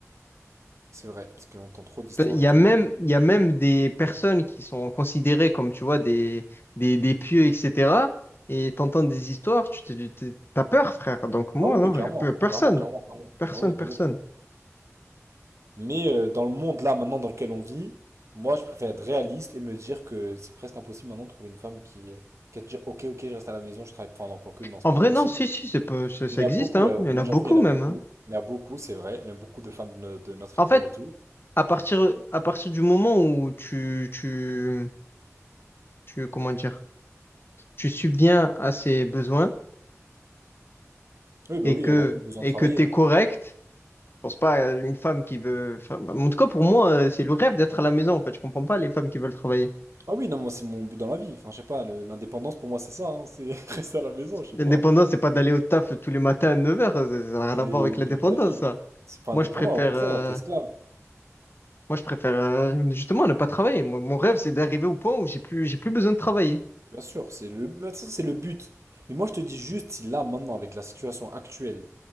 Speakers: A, on the right; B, on the left.
A: C'est vrai, parce qu'on entend trop d'histoires
B: Il y
A: et tout.
B: a même, il y a même des personnes qui sont considérées comme, tu vois, des, des, des pieux, etc. Et t'entends des histoires, tu te, tu- t'as peur, frère. Donc moi,
A: Ah oui,
B: non,
A: oui, clairement,
B: y a pe- personne.
A: clairement, clairement, clairement.
B: Personne,
A: Ouais, ouais, de
B: personne.
A: ouf. Mais euh, dans le monde là maintenant dans lequel on vit, moi je préfère être réaliste et me dire que c'est presque impossible maintenant de trouver une femme qui, qui va te dire ok ok je reste à la maison, je travaille. Enfin non encore que non c'est
B: En
A: pas
B: vrai,
A: impossible.
B: non, si, si, c'est pas- ça, ça
A: Il y
B: existe,
A: en a beaucoup,
B: hein.
A: ouais, oh,
B: Il y en
A: non
B: a
A: j'avoue
B: beaucoup
A: il y
B: même,
A: en a beaucoup,
B: hein.
A: il y en a beaucoup c'est vrai, même beaucoup de femmes de, no- de notre
B: En
A: école
B: fait,
A: et tout.
B: à partir, à partir du moment où tu, tu, tu, comment dire, tu subviens à ses besoins
A: Oui bah
B: et
A: oui
B: que,
A: elles voient plus le besoin
B: et
A: de travailler.
B: que t'es
A: hein.
B: correct, je pense pas à une femme qui veut, enfin, bah, en tout cas, pour moi, euh, c'est le rêve d'être à la maison, en fait. Je comprends pas les femmes qui veulent travailler.
A: Ah oui non moi c'est mon but dans la vie. Enfin je sais pas le- l'indépendance pour moi c'est ça, hein, c'est <laughs> rester à la maison je
B: L'indépendance,
A: sais pas
B: c'est pas d'aller au taf tous les matins à neuf heures. Ça ça n'a rien
A: et
B: à voir avec l'indépendance,
A: jamais de la vie.
B: ça.
A: C'est pas
B: Moi,
A: indépendant
B: je préfère,
A: au contraire
B: euh,
A: là, t'es esclave.
B: Moi, je préfère euh, justement ne pas travailler. Mon, mon rêve, c'est d'arriver au point où j'ai plus, j'ai plus besoin de travailler.
A: Bien sûr, c'est le, mais ça, c'est le but. Mais moi, je te dis juste, si là, maintenant, avec la situation actuelle,